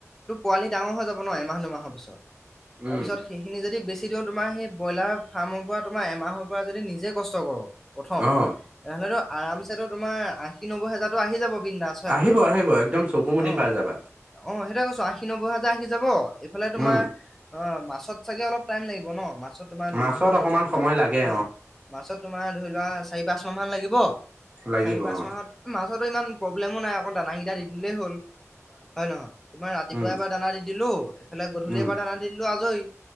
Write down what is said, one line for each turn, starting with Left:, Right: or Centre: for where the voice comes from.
Centre: তোৰ পোৱালি ডাঙৰ হৈ যাব ন' এমাহ দুমাহৰ পিছত তাৰ
Right: উম
Centre: পিছত সেইখিনি যদি বেছি দিওঁ তোমাৰ সেই ব্ৰইলাৰ ফাৰ্মৰ পৰা তোমাৰ এমাহৰ পৰা যদি নিজে কষ্ট কৰো প্ৰথম।
Right: অ
Centre: তেনেহ'লেতো আৰামছেতো তোমাৰ আশী নব্বৈ হেজাৰটো আহি যাব। বিন্দাছ হয়
Right: আহিব
Centre: নহয়
Right: আহিব একদম চকু মুদি
Centre: অ
Right: পাই যাবা।
Centre: অ', সেইটোয়ে কৈছো আশী নব্বৈ হাজাৰ আহি যাব। এইফালে তোমাৰ
Right: উম
Centre: অ', মাছত চাগে অলপ টাইম লাগিব ন মাছত তোমাৰ দুইমাহ
Right: মাছত অকমান সময় লাগে
Centre: অ'। মাছত তোমাৰ ধৰি লোৱা চাৰি পাঁচ মাহ মান লাগিব।
Right: লাগিব
Centre: চাৰি পাঁচ
Right: অ
Centre: মাহত মাছতো ইমান প্ৰব্লেমো নাই অকল দানা কিটা দি থাকিলেই হ'ল, হয় নহয়? তোমাৰ ৰাতিপুৱাৰ
Right: উম
Centre: এবাৰ দানা দি দিলো এইফালে গধূলি
Right: উম,
Centre: এবাৰ দানা দি দিলো আজৰি